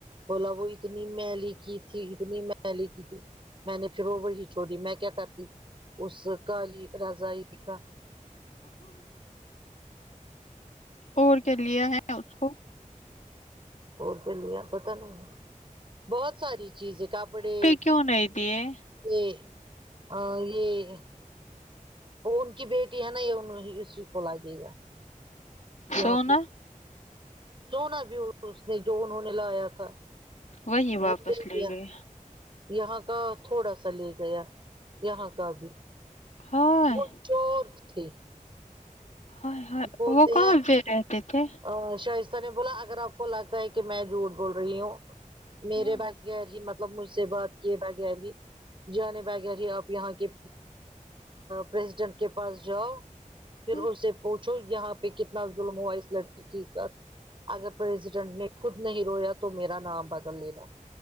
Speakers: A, on the right; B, on the left.
A: بولا وہ اتنی میلی کی تھی اتنی ملی کی تھی میں نے پھر وہ وہی چھوڑی میں کیا کرتی اس کالی رضائی کا
B: اور کیا لیا ہے اس کو
A: ہو چلیا پتا نہیں بہت ساری چیزیں کپڑے
B: کیوں نہیں دیے
A: یہ ا یہ وہ ان کی بیٹی ہے نا یہ اسی کو لگے گا یہاں
B: سونا
A: پ سونا بھی اس نے جو انہوں نے لایا تھا
B: وہی
A: م
B: واپس
A: بھی
B: لے
A: دیا
B: گئے
A: یہاں کا تھوڑا سا لے گیا یہاں کا بھی
B: ہائے
A: وہ چور تھی
B: ہائے ہائے
A: بولتے
B: وہ کہاں
A: ہیں
B: پہ رہتے تھے
A: ا شائستہ نے بولا اگر آپ کو لگتا ہے کہ میں جھوٹ بول رہی ہوں میرے
B: ہوں
A: بھائی بغیر ہی مطلب مجھ سے بات کیے بغیر ہی جانے بغیر ہی آپ یہاں کے پریسیڈنٹ کے پاس جاؤ پھر
B: ہوں،
A: اس سے پوچھو یہاں پہ کتنا ظلم ہوا اس لڑکی کے ساتھ اگر پریزیڈنٹ نے خود نہیں رویا تو میرا نام بدل لینا